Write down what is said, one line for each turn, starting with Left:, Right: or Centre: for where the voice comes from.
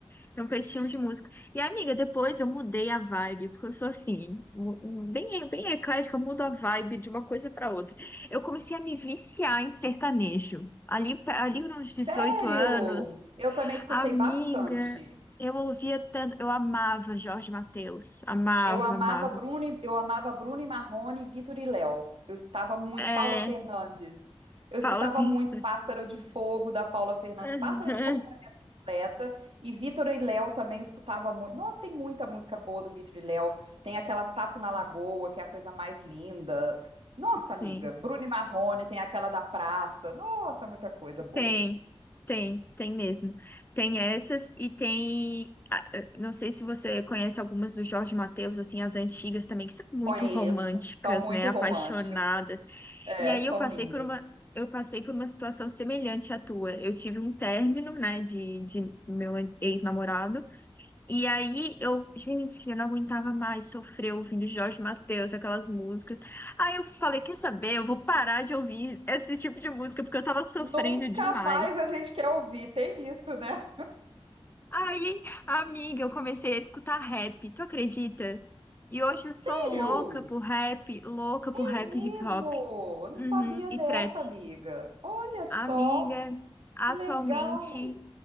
Left: Então foi esse estilo de música. E, amiga, depois eu mudei a vibe, porque eu sou assim, um- um- bem, bem eclética, eu mudo a vibe de uma coisa para outra. Eu comecei a me viciar em sertanejo. Ali, ali nos 18
Right: Sério?
Left: anos.
Right: Eu também escutei
Left: Amiga,
Right: bastante.
Left: eu ouvia tanto, eu amava Jorge Mateus, amava,
Right: Eu amava
Left: amava.
Right: Bruno, e- eu amava Bruno e Marrone, Vitor e Léo. Eu escutava muito
Left: É,
Right: Paula Fernandes. Eu escutava
Left: Paula Vitor.
Right: muito Pássaro de Fogo da Paula Fernandes,
Left: Aham,
Right: Pássaro de Fogo completa e Vitor e Léo também eu escutava muito. Nossa, tem muita música boa do Vitor e Léo. Tem aquela Sapo na Lagoa, que é a coisa mais linda. Nossa,
Left: <laughs> Sim,
Right: amiga, Bruno e Marrone, tem aquela da praça. Nossa, muita coisa boa.
Left: tem, tem, tem mesmo. Tem essas e tem, ah, eh, não sei se você conhece algumas do Jorge Mateus, assim, as antigas também, que são muito
Right: Conheço,
Left: românticas,
Right: são muito
Left: né, apaixonadas.
Right: românticas. É,
Left: E aí
Right: são
Left: eu passei
Right: lindas.
Left: por uma Eu passei por uma situação semelhante à tua. Eu tive um término, né, de, de meu ex-namorado. E aí eu, gente, eu não aguentava mais sofrer ouvindo Jorge Mateus, aquelas músicas. Aí eu falei, quer saber? Eu vou parar de ouvir esse tipo de música porque eu tava sofrendo
Right: Nunca
Left: demais.
Right: mais a gente quer ouvir, tem isso, né?
Left: Aí, amiga, eu comecei a escutar rap, tu acredita? E hoje eu
Right: Sério?
Left: sou louca por rap, louca
Right: É
Left: por rap
Right: mesmo?
Left: e hip hop,
Right: Eu não
Left: uhum,
Right: sabia
Left: e
Right: dessa,
Left: trap.
Right: amiga. Olha só,
Left: Amiga, atualmente
Right: que legal.